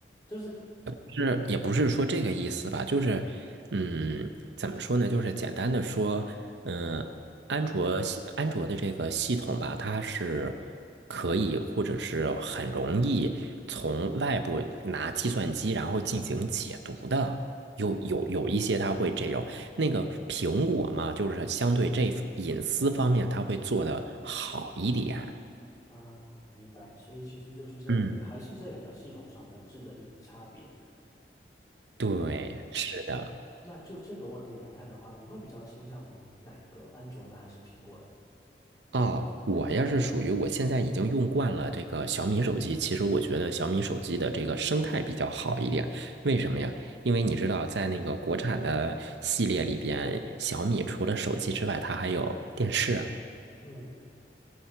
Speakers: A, on the left; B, on the right.
A: 就是
B: 是也不是说这个意思吧，就是嗯，怎么说呢？就是简单的说，嗯，安卓系安卓的这个系统吧，它是可以或者是很容易从外部拿计算机然后进行解读的。有有有一些它会这种，那个苹果嘛，就是相对这隐私方面，它会做得好一点。
A: 啊，明白，所以其实就是这两个，
B: 嗯，
A: 还是这两个系统上本质的一个差别。
B: 对，是的。
A: 那就这个问题来看的话，你会比较倾向于哪一个，安卓的还是苹果的？
B: 哦，我要是属于我现在已经用惯了这个小米手机。其实我觉得小米手机的这个生态比较好一点，为什么呀？因为你知道，在那个国产的系列里边，小米除了手机之外，它还有电视
A: 嗯